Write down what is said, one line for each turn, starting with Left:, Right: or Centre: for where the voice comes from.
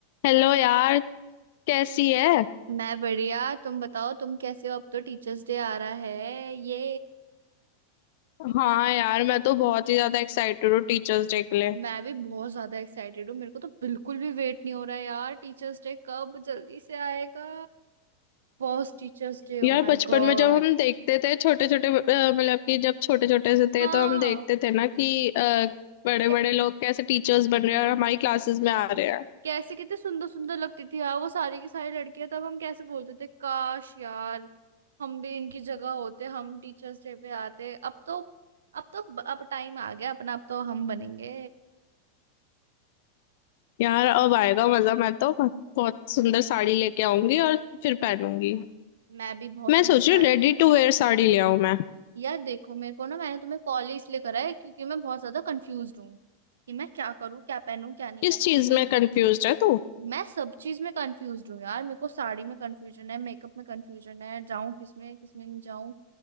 Left: Hello यार कैसी है
Right: मैं बढ़िया तुम बताओ तुम कैसे हो अब तो टीचर्स डे आ रहा है ये
Left: हाँ यार मैं तो बहुत ही ज्यादा एक्साइटेड हूँ टीचर्स डे के लिए
Right: मैं भी बहुत ज्यादा एक्साइटेड हूँ मेरे को तो बिल्कुल भी वेट नहीं हो रहा है यार टीचर्स डे कब जल्दी से आएगा First teachers day oh
Left: यार
Right: my
Left: बचपन
Right: god
Left: में जब हम देखते थे छोटे छोटे मतलब कि जब छोटे छोटे से थे
Right: हाँ
Left: तो हम देखते थे ना कि बड़े
Right: कै-
Left: बड़े लोग कैसे टीचर्स बन रहे हैं और हमारी क्लासेस में आ रहे हैं
Right: कैसे कितने सुंदर सुंदर लगती थी यार वो सारी की सारी लड़कियां तब हम कैसे बोलते थे काश यार हम भी इनकी जगह होते हम टीचर्स डे पे आते अब तो अब तो अब टाइम आ गया अपना अब तो हम बनेंगे
Left: यार अब आएगा मजा मैं तो बहुत सुंदर साड़ी लेके आऊंगी और फिर पहनूंगी
Right: मैं भी बहुत
Left: मैं
Right: सुंदर
Left: सोच
Right: साड़ी
Left: रही हूँ रेडी
Right: लेकर
Left: टू वेयर साड़ी ले आऊं मैं
Right: यार देखो मेरे को ना मैंने तुम्हें कॉल ही इसलिए करा है क्योंकि मैं बहुत ज्यादा कंफ्यूज हूँ कि मैं क्या करूँ क्या पहनूं क्या नहीं
Left: किस
Right: पहनूं
Left: चीज में कंफ्यूज है तू
Right: मैं सब चीज में कंफ्यूज हूँ यार मेरे को साड़ी में कंफ्यूजन है मेकअप में कंफ्यूजन है जाऊं किसमें किसमें नहीं जाऊं